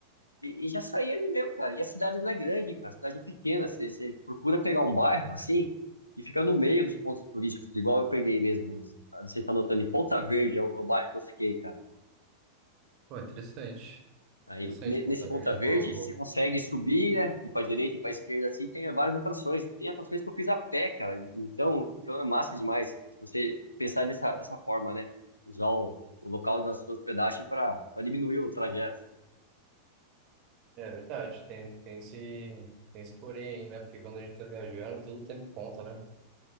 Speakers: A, on the left; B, on the right.
A: E, e já saía ali mesmo, cara. E a cidade não é grande, cara. A cidade é pequena. Você você procura pegar um bairro assim e fica no meio dos pontos turísticos, igual eu peguei mesmo. Não sei não sei se tá notando, em Ponta Verde é o, é o bairro que eu fiquei, cara.
B: Pô, interessante.
A: Aí,
B: Interessante,
A: ne-
B: Ponta
A: nesse Ponta
B: Verde.
A: Verde,
B: Vou, vou...
A: você consegue subir, né? Ir pra direita e pra esquerda, assim, tem várias atrações. Tem atrações que eu fiz a pé, cara. Então, então é massa demais. Se você pensar dessa, dessa forma, né? Usar o, o local da sua hospedagem para diminuir o trajeto.
B: É verdade, tem, tem esse, tem esse porém aí, né? Porque quando a gente tá viajando, tudo tem conta, né?